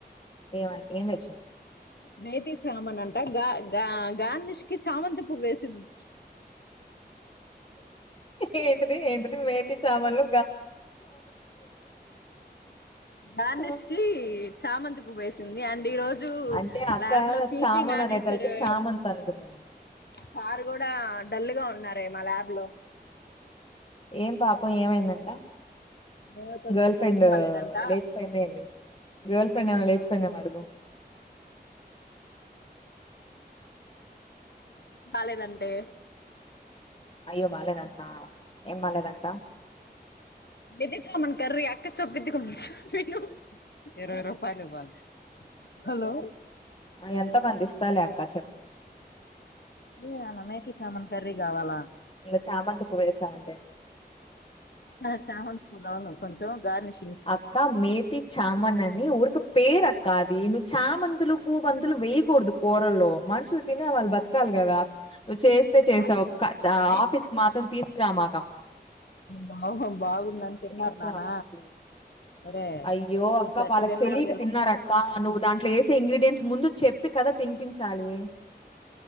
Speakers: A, on the left; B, on the left.
A: ఏమని ఏం దెచ్చింది
B: మేతీ చామన్ అంట గాగా గార్నిష్ కి చామంతిపువ్ ఏసింది
A: ఏంటిది ఏంటిది మేతి చామలు
B: గార్నిష్
A: ఆ,
B: కి చామంతి పువ్ ఏసింది అండ్ ఈ రోజు జూ
A: అంటే అక్క
B: ల్యాబ్ లో క్యూసి
A: చామన్
B: నానేసరు
A: అనే తలకి చామంతి అనుకున్నా
B: సారు గూడా డల్లు గ ఉన్నారే మా ల్యాబ్ లో
A: ఏం పాపం ఏమైందంట
B: దేవత
A: గర్ల్ ఫ్రెండ్
B: హెల్త్ బాలేదంట
A: లేచిపోయింద ఏంది గర్ల్ ఫ్రెండ్ ఏమైనా లేచిపోయిందేమో అడుగు
B: కాలేదంటే
A: అయ్యో బాలేదంటనా ఏం బాలేదన్
B: దిది ఏమన్ కర్రీ అక్క చెప్పిద్ది కొంచె విను హలో
A: ఆ ఎంతో కంతిస్తాలే అక్క చెప్
B: కీ ఆళ్ళ అన్నయ్య కి చామన్ కర్రీ గావాలా
A: చామంతిపువ్వు వేసామంటే
B: ఆ చామన్ పులావ్లో కొంచం గార్నిష్
A: అక్కా మేతి చామన్ అని ఊరుక పేర కాది నువ్వు చామంతులు పూ బంతులు వేయకూడదు, కూరల్లో మనుషులు తినే వాళ్ బతకాల్ గదా. నువ్వు చేస్తే చేసావు
B: గార్నిషింగ్
A: క
B: కి నాన్న
A: దా ఆఫీస్ మాత్రం తీసుకురామాకమ్మ
B: బాగు బాగుందని తిన్నారు
A: తీసుకురామా
B: నాన్న
A: ప్లీజ్
B: ఒరే
A: అయ్యో అక్క
B: అసలు ఎట్ట
A: వాళ్ళకి తెలియక
B: తెలుసా
A: తిన్నారు అక్క నువ్వు దాంట్లో వేసే ఇంగ్రీడియంట్స్ ముందు చెప్పి కదా తినిపించాలి